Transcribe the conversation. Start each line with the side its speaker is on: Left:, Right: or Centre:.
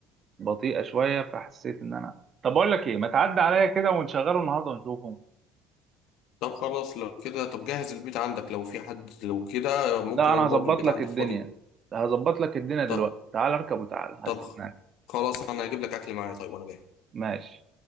Right: بطيئه شويه فحسيت ان انا طب اقول لك ايه ما تعدي عليا كده ونشغله النهارده ونشوفه
Left: طب خلاص لو كده طب جهز البيت عندك لو في حد لو كده ممكن
Right: لا انا
Left: انا برضو
Right: هظبط
Left: البيت
Right: لك
Left: عندي
Right: الدنيا
Left: فاضي
Right: هظبط لك الدنيا دلوقتي
Left: طب
Right: تعال اركب وتعال هستناك
Left: طب خلاص انا هجيب لك اكل معايا طيب وانا جاي
Right: ماشي